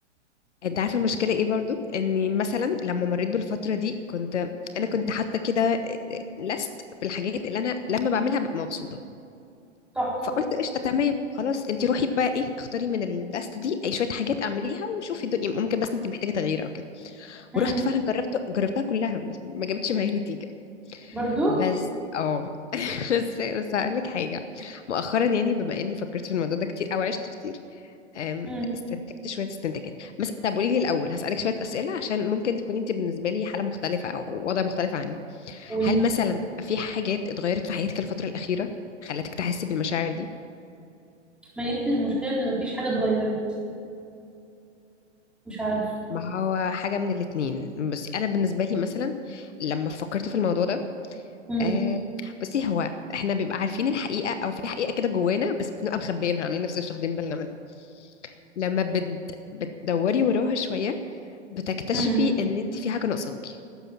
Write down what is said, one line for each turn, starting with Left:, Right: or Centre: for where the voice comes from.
Left: انت عارفه المشكله ايه برضو اني مثلا لما مريت بالفتره دي كنت انا كنت حاطه كده لست بالحاجات اللي انا لما بعملها ببقى مبسوطه
Centre: تحفة
Left: فقلت قشطه تمام خلاص انت روحي بقى ايه اختاري من اللست دي اي شويه حاجات اعمليها وشوفي الدنيا ممكن بس انت محتاجه تغيير او كده
Centre: امم
Left: ورحت فعلا جربت جربتها كلها بس ما جابتش معايا نتيجه
Centre: برضو
Left: بس اه <laughs> بس بس هقول لك حاجه مؤخرا يعني بما اني فكرت في الموضوع ده كتير او عشت كتير أم،
Centre: امم
Left: استنتجت شوية استنتاجات بس طب قولي لي الأول هسألك شوية أسئلة عشان ممكن تكوني أنت بالنسبة لي حالة مختلفة أو وضع مختلف عني
Centre: قولي
Left: هل مثلا في حاجات اتغيرت في حياتك الفترة الأخيرة خلتك تحسي بالمشاعر دي؟
Centre: ما يمكن المشكلة ان مفيش حاجة اتغيرت مش عارفة
Left: ما هو حاجة من الاتنين بس أنا بالنسبة لي مثلا لما فكرت في الموضوع ده
Centre: امم
Left: أه بصي هو احنا بيبقى عارفين الحقيقة أو في حقيقة كده جوانا بس بنبقى مخبيينها عاملين نفسنا مش واخدين بالنا منها لما بت... بتدوري وراها شوية بتكتشفي
Centre: امم
Left: إن أنت في حاجة ناقصاكي